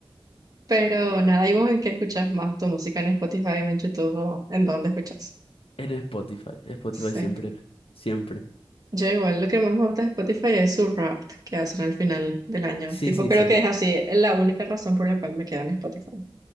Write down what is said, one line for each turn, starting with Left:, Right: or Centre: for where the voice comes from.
Right: Pero nada, ¿y vos en qué escuchas más tu música en Spotify o en YouTube o en dónde escuchas?
Left: En Spotify, Spotify
Right: Sí.
Left: siempre, siempre.
Right: Yo igual lo que más me gusta de Spotify es su rap que hacen al final del año.
Left: Sí,
Right: Tipo,
Left: sí,
Right: creo
Left: sí,
Right: que es así, es la única razón por la cual me quedo en Spotify.